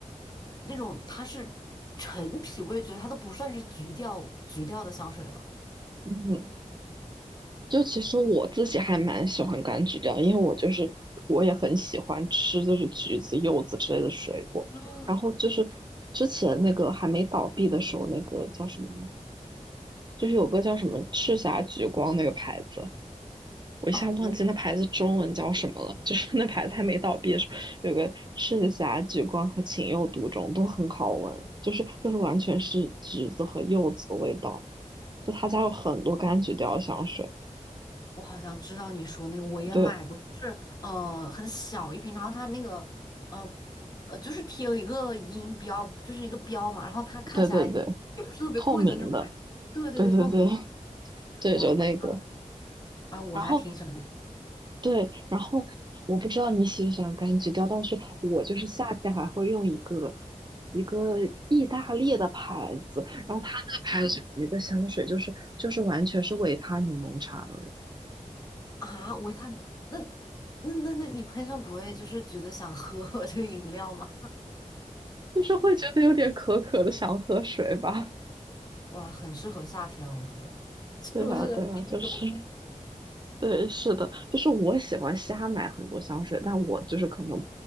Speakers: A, on the left (about 30°); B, on the right (about 35°).
A: 那种它是陈皮味，觉得它都不算是橘调橘调的香水了。
B: 嗯，就其实我自己还蛮喜欢柑橘调，因为我就是我也很喜欢吃就是橘子、柚子之类的水果。
A: 嗯
B: 然后就是之前那个还没倒闭的时候，那个叫什么呢就是有个叫什么赤霞橘光那个牌子，我一下忘记那牌子中文叫什么了。
A: 哦，我
B: 就是那牌子还没倒闭的时候，
A: 懂
B: 有个赤霞橘光和情有独钟都很好闻，就是就是完全是橘子和柚子的味道。就他家有很多柑橘调香水。
A: 我好像知道你说那个，我也买过，
B: 对
A: 就是呃很小一瓶，然后它那个呃呃就是贴了一个音标，就是一个标嘛，然后它看起来也不是特别贵的那种感觉，
B: 对对对，透明的，
A: 对对对，
B: 对对对，
A: 透明的，
B: <laughs> 对就那个，
A: 哇，我知道，啊，我还挺喜欢那个
B: 然后对，然后我不知道你喜不喜欢柑橘调，但是我就是夏天还会用一个一个意大利的牌子，然后它那个牌子有一个香水，就是就是完全是维他柠檬茶的味道，
A: 啊，维他你那那那那你喷上不会就是觉得想喝 <laughs> 这个饮料吗？
B: 就是会觉得有点渴渴的，想喝水吧。
A: 哇，很适合夏天了，我觉得，
B: <laughs>
A: <laughs> 就是冰冻的。
B: 对啊，对啊，就是，对，是的，就是我喜欢瞎买很多香水，但我就是可能